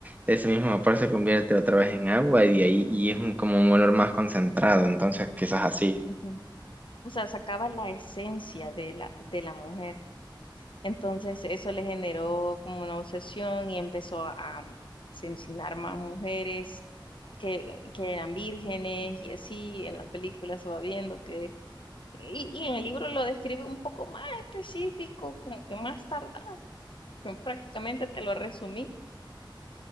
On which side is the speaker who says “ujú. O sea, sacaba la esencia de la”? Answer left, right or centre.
Left